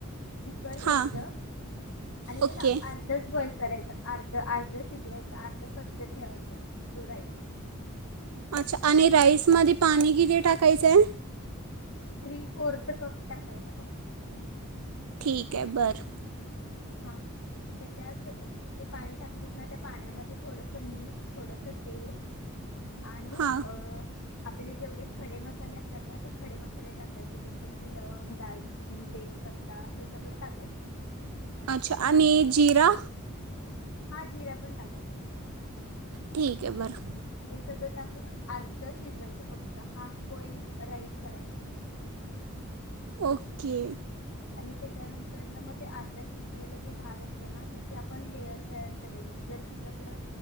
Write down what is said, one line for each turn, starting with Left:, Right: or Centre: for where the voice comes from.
Left: कुकर घ्यायचं
Right: हां
Left: आणि त्याला
Right: ओके
Left: अर्धच बॉइल करायचं.... आर्ध आर्ध शिजवायच आर्ध कच्च ठेवायचं तो राई
Right: अच्छा आणि राईसमध्ये पाणी किती टाकायचंय...
Left: थ्री फोर्थ कप टाकायचं फक्त
Right: ठीक आहे बरं
Left: हा त्याच्यात ते पाणी टाकलीस ना त्या पाण्यामध्ये थोडस मीठ थोडस तेल आणि
Right: हां
Left: अ आप आपले जेवढे खडे मसाले असतात ना ते खडे मसाले टाकायचे जस की लवंग दालचिनी तेजपत्ता हे सगळ टाकायचे....
Right: अच्छा आणि आणि जिरा
Left: हा जिरा पण टाकायचा..
Right: ठीक आहे बरं..
Left: सगळं टाकून अर्ध शिजवायचं फक्त हाफ बॉइल राईस करायच.
Right: ओके
Left: आणि त्याच्यानंतर ना मग ते अर्धा शिजलेला जो भात करतो ना त्याची आपण लेयर तयार करायची जर तुझ्याकड